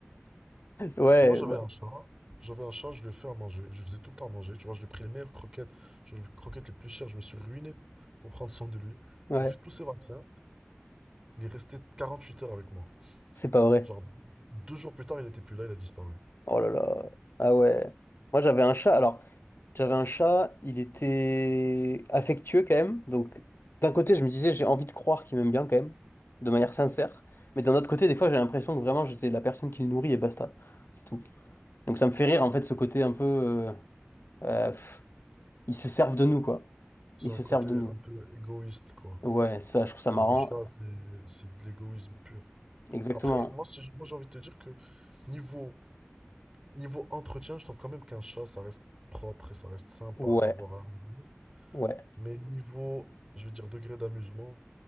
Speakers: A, on the left (about 55°); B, on the right (about 15°).
A: Ouais,
B: Moi, j'avais
A: bah,
B: un chat. J'avais un chat, je lui ai fait à manger. Je lui faisais tout le temps à manger. Tu vois, je lui ai pris les meilleures croquettes, je lui ai pris les croquettes les plus chères. Je me suis ruiné pour prendre soin de lui.
A: ouais.
B: Je lui ai fait tous ses vaccins. Il est resté 48 heures avec moi.
A: C'est pas vrai.
B: Genre, deux jours plus tard, il n'était plus là, il a disparu.
A: Oh là là. Ah ouais. Moi, j'avais un chat. Alors, j'avais un chat, il était affectueux quand même. Donc, d'un côté, je me disais, j'ai envie de croire qu'il m'aime bien quand même, de manière sincère. Mais d'un autre côté, des fois, j'ai l'impression que vraiment, j'étais la personne qui le nourrit et basta. C'est tout. Donc, ça me fait rire, en fait, ce côté un peu. euh, euh, ils se servent de nous, quoi.
B: C'est
A: Ils
B: un
A: se
B: côté
A: servent de nous.
B: un peu égoïste, quoi.
A: Ouais, ça, je trouve ça marrant.
B: Dans le chat, c'est c'est de l'égoïsme pur.
A: Exactement.
B: Après, moi, c'est- moi, j'ai envie de te dire que niveau, niveau entretien, je trouve quand même qu'un chat, ça reste propre et ça reste sympa
A: Ouais,
B: à avoir à la maison.
A: ouais,
B: Mais niveau, je veux dire, degré d'amusement,